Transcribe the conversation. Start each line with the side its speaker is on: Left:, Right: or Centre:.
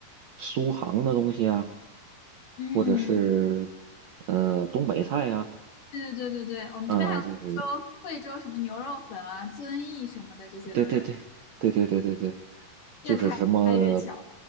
Right: 苏杭的东西啊，
Left: 嗯。
Right: 或者是呃东北菜呀、
Left: 对对对对对，我们这边还有贵州贵州什么牛肉粉啊、
Right: 啊，就是
Left: 遵义什么的，这些都有，
Right: 对对对对对对对对，就是什么，
Left: 越开越小，